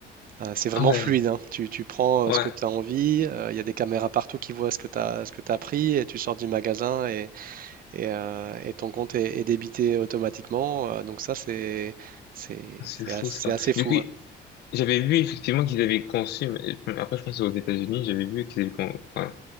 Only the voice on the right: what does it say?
euh, c'est vraiment
fluide, hein. Tu, tu prends
euh, ce que tu as envie, euh, il y a des caméras partout qui voient ce que tu as, ce que tu pris et tu sors du magasin et et, euh, et ton compte est, est débité automatiquement. euh, donc ça, c'est c'est
c'est
as- c'est
assez fou.
hein.